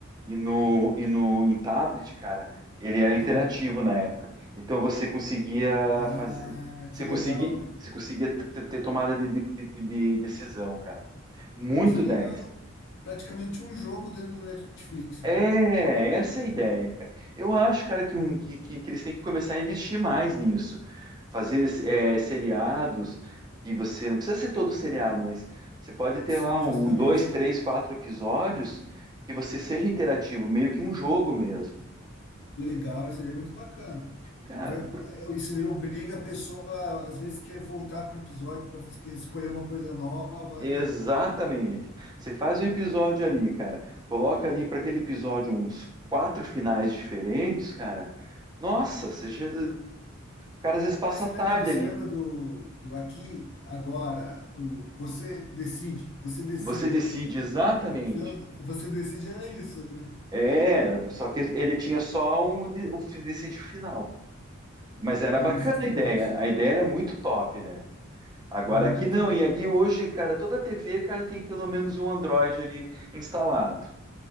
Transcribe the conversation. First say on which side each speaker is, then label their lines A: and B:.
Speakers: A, on the right; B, on the left.
A: e no, e no em tablet, cara, ele era interativo
B: Sim.
A: na época. Então você conseguia
B: Ah,
A: fazer. Você
B: que legal.
A: conseguia, você conseguia ter, ter tomada de, de- de- de decisão, cara. Muito
B: Isso
A: 10.
B: é o- praticamente um jogo dentro do Netflix, né?
A: É, essa é a ideia, cara. Eu acho, cara, que, um, que, que, que eles têm que começar a investir mais nisso. Fazer é, seriados e você não precisa ser todo seriado, mas você pode ter
B: Sim,
A: lá um,
B: justamente,
A: um, dois,
B: né?
A: três, quatro episódios que você seja interativo, meio que um jogo mesmo.
B: Legal, isso aí é muito bacana.
A: Cara,
B: Vai,
A: por-
B: eu- isso aí obriga a pessoa, às vezes, quer voltar para o episódio para escolher uma coisa nova,
A: Exatamente.
B: né?
A: Você faz o episódio ali, cara. Coloca ali para aquele episódio uns quatro finais diferentes, cara. Nossa, você já... o cara às vezes passa
B: Eh, Você
A: a tarde
B: lembra do, você
A: ali.
B: lembra do, do aqui, agora, o você decide, você decide.
A: Você decide exatamente.
B: Você lembra- você decide era isso, né?
A: É, só que ele tinha só um, de- um fi- decide o final. Mas era
B: Isso,
A: bacana
B: justamente.
A: a ideia. A ideia era muito top, né? Agora
B: Muito,
A: aqui não.
B: muito,
A: E aqui
B: muito.
A: hoje, cara, toda TV, cara, tem pelo menos um Android ali instalado.